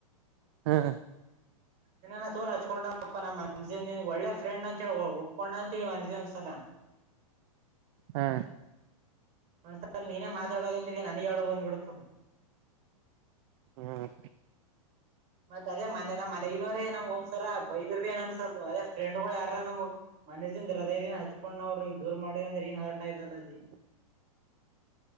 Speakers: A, on the right; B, on the right.
A: ಹ್ಮ್
B: ಇನ್ನ ತೋಲ್ ಹಚ್ಕೊಂಡಪ್ಪ ನಮ್ಮ ಮನನ್ ಒಳ್ಳೆ ಫ್ರೆಂಡ್ ಅಂತ ಹೇಳಿ ಒಪ್ಕೊಂಡ ಅಂತೀವಿ ಮನಜಿ ಒಂದ್ಸಲ.
A: ಹಾ
B: ಹ ಸರ್ ನೀನೇ ಮಾತಾಡೋದಂದಿ ನನ್ಗೆ ಅಳು ಬಂದ್ಬಿಡತು
A: ಹ್ಮ
B: ಮತ್ತ ಅದೇ ಮನೆ ನಮ್ಮ ಮನೆಗಿನೋರೇ ನಮ್ ಒಂದಸರ ಬೈದರ್ ಬಿ ಏನ್ ಅನ್ಸಲ್ಲ ಅದೇ ಫ್ರೆಂಡ್ಗಳು ಯಾರ. ನಮ ಮನಸಿಂದ ಹೃದಯ ದಿನ ಹಚ್ಕೊಂಡವರು ದೂರ್ ಮಾಡಿ ಅಂದ್ರೆ ಏನ್ ಹರ್ಟ್ ಆಯ್ಲ್ಲದೀ